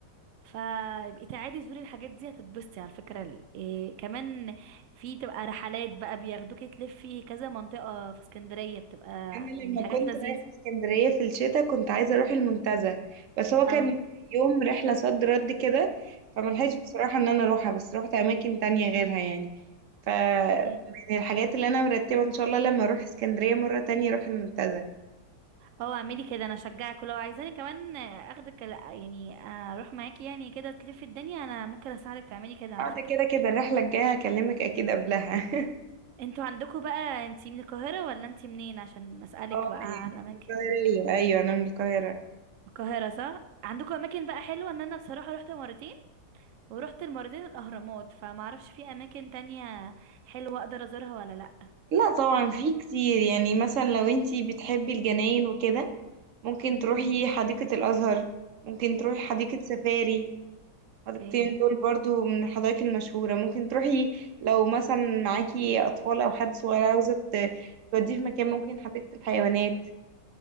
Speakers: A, on the right; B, on the right.
A: فيبقي تعالي زوري الحاجات دي هتتبسطي على فكرة ال- إيه كمان في تبقى رحلات بقى بياخدوكي تلفي كذا منطقة في اسكندرية بتبقى
B: انا
A: يعني
B: لما
A: حاجات
B: كنت
A: لذيذة
B: رايحة اسكندرية في الشتاء كنت عايزة اروح المنتزه بس هو
A: اه
B: كان يوم رحلة صد رد كده فملحقتش
A: مم.
B: بصراحة ان انا اروحها بس روحت اماكن تانية غيرها يعني ف
A: اوكي
B: من الحاجات اللي انا مرتبة ان شاء الله لما اروح اسكندرية مرة تانية اروح المنتزه
A: اه اعملي كده انا اشجعك ولو عايزاني كمان آه، اخدك لا يعني آه، اروح معاكي يعني كده تلفي الدنيا انا ممكن اساعدك تعملي كده على
B: ده
A: فكرة
B: كده كده الرحلة الجاية هكلمك أكيد قبلها <laughs>
A: انتوا عندكوا بقى انتي من القاهرة ولا انتي منين عشان اسألك
B: اه
A: بقى
B: يعني
A: على الاماكن
B: من القاهرة أيوة أنا من القاهرة
A: القاهرة صح عندكوا اماكن بقى حلوة ان انا بصراحة رحت مرتين ورحت المرتين الاهرامات فمعرفش في اماكن تانية حلوة اقدر ازورها ولا لا
B: لا طبعا في كتير يعني مثلا لو انتي بتحبي الجناين وكده ممكن
A: مم،
B: تروحي حديقة الأزهر ممكن تروحي حديقة سفاري الحديقتين
A: اوكي
B: دول برضو من الحدائق المشهورة ممكن تروحي لو مثلا معاكي أطفال أو حد صغير عاوزة ت- توديه في مكان ممكن حديقة الحيوانات